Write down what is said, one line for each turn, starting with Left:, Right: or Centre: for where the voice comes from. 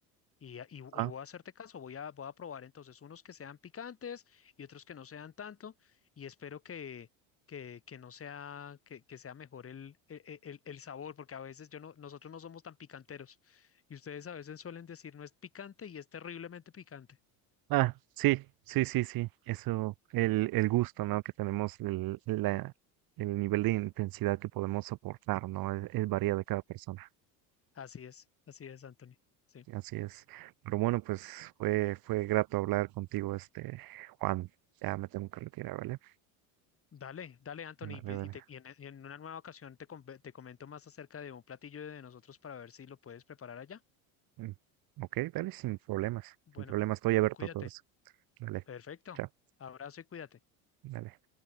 Left: Y, y- y
Right: Ah,
Left: voy a hacerte caso, voy a, voy a probar entonces unos que sean picantes y otros que no sean tanto, y espero que, que, que no sea, que, que sea mejor el, el, el- el sabor, porque a veces yo no, nosotros no somos tan picanteros, y ustedes a veces suelen decir no es picante y es terriblemente picante.
Right: ah, sí, sí, sí, sí. Eso, el, el gusto, ¿no? Que tenemos, el, la- el nivel de intensidad que podemos soportar, ¿no? Es, es varía de cada persona.
Left: Así es, así es, Anthony. Sí.
Right: Así es. Pero bueno, pues fue, fue grato hablar contigo, este, Juan. Ya me tengo que retirar, ¿vale?
Left: Dale, dale, Anthony,
Right: Vale,
Left: y, ve-
Right: vale.
Left: y te- y en, y en una nueva ocasión te, com- te comento más acerca de un platillo de nosotros para ver si lo puedes preparar allá.
Right: Mm. Ok, dale, sin problemas.
Left: Bueno,
Right: Sin problemas, estoy abierto
Left: cuídate.
Right: a todo eso. Dale,
Left: Perfecto.
Right: chao,
Left: Abrazo y cuídate.
Right: dale.